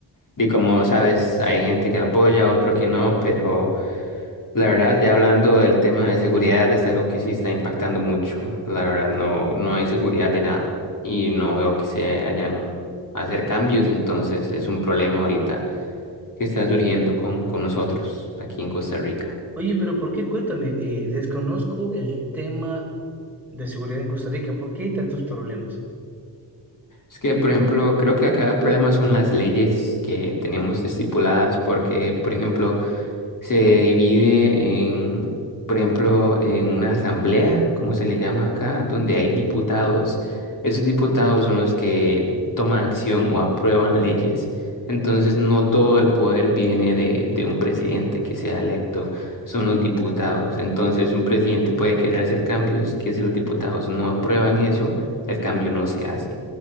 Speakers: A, on the left (about 45°); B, in the centre.
A: y como sabes, hay gente que lo apoya, otro que no, pero la verdad, ya hablando del tema de seguridad, es algo que sí está impactando mucho. La verdad, no, no hay seguridad de nada y no veo que se hayan a hacer cambios, entonces es un problema ahorita que está surgiendo con, con nosotros aquí en Costa Rica.
B: Oye, pero ¿por qué? Cuéntame, eh, desconozco el tema de seguridad en Costa Rica. ¿Por qué hay tantos problemas?
A: Es que, por ejemplo, creo que acá el problema son las leyes que tenemos estipuladas, porque, por ejemplo, se divide en, por ejemplo, en una asamblea, como se le llama acá, donde hay diputados. Esos diputados son los que toman acción o aprueban leyes. Entonces, no todo el poder viene de, de un presidente que sea electo, son los diputados. Entonces, un presidente puede querer hacer cambios, que si los diputados no aprueban eso, el cambio no se hace.